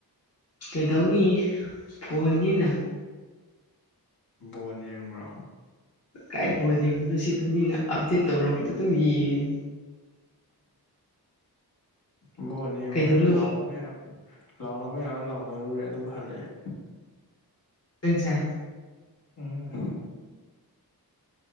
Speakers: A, on the left; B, on the left.
A: ꯀꯩꯗꯧꯅꯤ ꯐꯣꯟꯅꯤꯅ
B: ꯕꯣꯟ ꯌꯦꯡꯕ꯭ꯔꯣ
A: ꯀꯥꯏ ꯕꯣꯜ ꯌꯦꯡꯕꯅꯣ ꯁꯤꯗ ꯃꯤꯅ ꯑꯞꯗꯦꯠ ꯇꯧꯔꯛꯄꯗꯨ ꯑꯗꯨꯝ ꯌꯦꯡꯉꯤꯅꯤ
B: ꯎꯝ ꯕꯣꯜ ꯌꯦꯡꯕꯗ
A: ꯀꯩꯗꯧꯕꯩ
B: ꯂꯥꯎꯅꯕ ꯌꯥꯕ ꯂꯥꯎꯅꯕ ꯌꯥꯕ ꯂꯥꯎꯅꯔꯨꯔꯦ ꯑꯗꯨꯒ ꯍꯜꯂꯛꯑꯦ
A: ꯅꯪꯖꯦ
B: ꯎꯝ